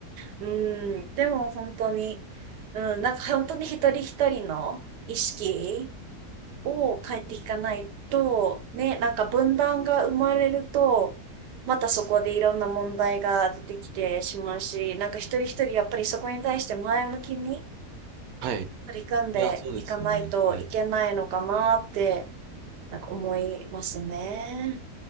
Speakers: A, on the right; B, on the right.
A: うん、でも本当に、うん、なんか本当に一人一人の意識を変えていかないと、ね、なんか分断が生まれると、またそこでいろんな問題が出てきてしまうし、なんか一人一人やっぱりそこに対して前向きに
B: はい。
A: 取り組んでいかないといけないのかなって、
B: いや、そうですよね。はい。
A: なんか思いますね。